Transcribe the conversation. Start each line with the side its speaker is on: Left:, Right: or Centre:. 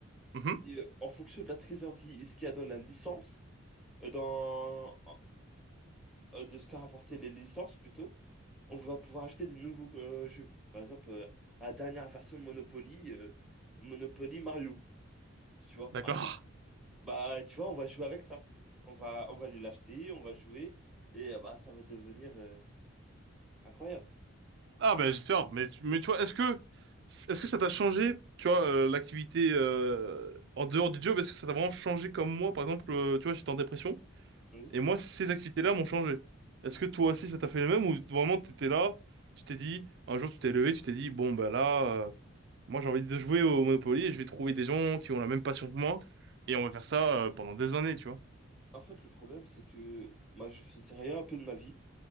Right: Mhm.
Centre: Et euh, en fonction de la trésorerie et ce qu'il y a dans la licence, euh, dans, euh, de ce qu'a rapporté les licences plutôt, on va pouvoir acheter des nouveaux euh, jeux. Par exemple, euh, la dernière version Monopoly, euh, Monopoly Mario. Tu vois,
Right: D'accord.
Centre: Mario. Bah, tu vois, on va jouer avec ça. On va, on va aller l'acheter, on va jouer, et euh, bah, ça va devenir euh, incroyable.
Right: Ah ben j'espère, mais tu- mais tu vois, est-ce que est-ce que ça t'a changé, tu vois, euh, l'activité euh, en dehors du job, est-ce que ça t'a vraiment changé comme moi, par exemple, euh, tu vois, j'étais en dépression
Centre: Oui.
Right: et moi ces activités-là m'ont changé. Est-ce que toi aussi ça t'a fait le même ou vraiment t'étais là, tu t'es dit un jour tu t'es levé, tu t'es dit bon ben là, euh, moi j'ai envie de jouer au Monopoly et je vais trouver des gens qui ont la même passion que moi et on va faire ça euh, pendant des années, tu vois,
Centre: En fait, le problème, c'est que moi, je faisais rien un peu de ma vie.